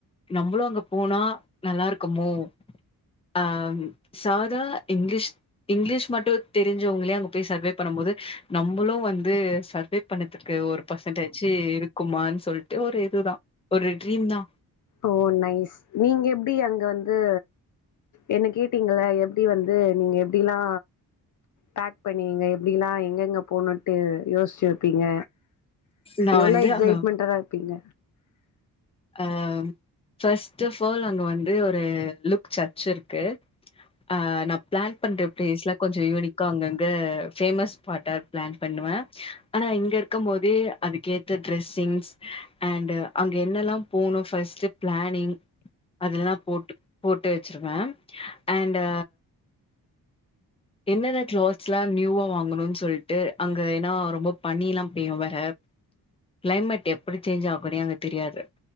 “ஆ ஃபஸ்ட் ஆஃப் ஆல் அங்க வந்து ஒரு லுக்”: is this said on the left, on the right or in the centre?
Left